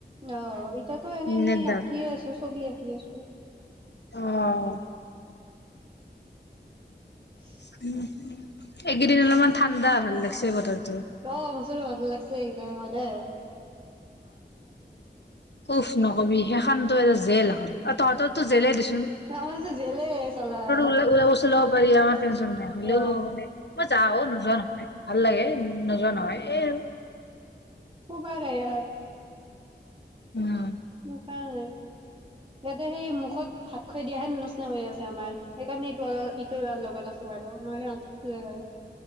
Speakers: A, on the right (about 30°); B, on the left (about 70°).
A: অ। এতিয়াতো এনে সেই
B: নেটডাল
A: আঁকিয়ে আছো। ছবি আকি আছো।
B: অহ।
A: <unintelligible>
B: <unintelligible> এইকেইদিন অলপমান ঠাণ্ডা ভাল লাগিছে বতৰটো।
A: অ মচুৰ ভাল লাগছে সেই কাৰণে।
B: অ উফ নকবি সেইখন ত এ জেল এখন, তহতৰটো জেলে দিছে
A: অ জেলে <unintelligible>
B: ওল ওলাব চলাব পাৰি অ। <unintelligible> ন হলেও
A: অ
B: মানে মই যাওঁ <inaudible> নোযোৱা নহয়, ভাল লাগে নোযোৱা নহয়। এই আৰু
A: উপায় নাই ইয়াত
B: উম
A: উম। কাৰ লে ইয়াতে সেই মুখত ভাত খাই দিয়াহে নচিনা হৈ আছে আমাৰ, সেইকাৰণে ইটো ইটোৰ লগত আছো আৰু নহলে তাতে হয়।